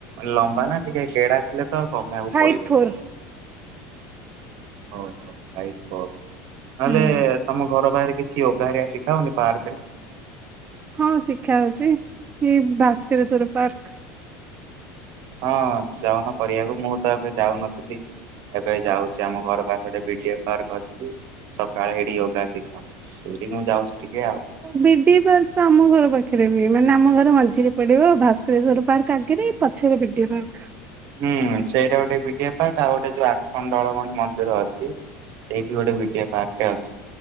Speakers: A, on the right (about 60°); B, on the right (about 25°).
A: ଲମ୍ବା ନା ଟିକେ ଗେଡା ଥିଲେ ତଉ କମେଇବାକୁ
B: ଫାଇଭ୍
A: ପଡିବ।
B: ଫୋର୍
A: ଓହୋ ହାଇଟ୍ ଫୋର୍ ନ
B: ହୁଁ।
A: ହେଲେ ତମ ଘର ବାହାରେ କିଛି ୟୋଗାହାରିଆ ଶିଖାଉନି ପାର୍କ ରେ?
B: ହଁ ଶିକ୍ଷା ହଉଛି ଏଇ ଭାସ୍କରେଶ୍ଵର ପାର୍କ
A: ହଁ ଯାଉନ କରିବାକୁ ମୁଁ ତ ଏବେ ଯାଉନଥିଲି ଏବେ ଯାଉଛି ସେ ଆମ ଘର ପାଖରେ ବିଡି ପାର୍କ ଅଛି ସକାଳେ ସେଠି ଯୋଗା ଶିଖାଅ ସେଇଠିକି ମୁଁ ଯାଉଛି ଟିକେ ଆଉ।
B: ବିଡି ପାର୍କ ତ ଆମ ଘର ପାଖରେ ବି ମାନେ ଆମ ଘର ମଝିରେ ପଡିବ ଆଉ ଭାସ୍କରେଶ୍ଵର ପାର୍କ ଆଗରେ ପଛରେ ବିିଡି ପାର୍କ
A: ହୁଁ ସେଇଟା ଗୋଟେ ବିଡିଆ ପାର୍କ ଆଉ ଗୋଟେ ଯୋଉ ଆଠକଣ୍ଡଳମଣି ମନ୍ଦିର ଅଛି। ସେଇଠି ଗୋଟେ ପାର୍କ ଅଛି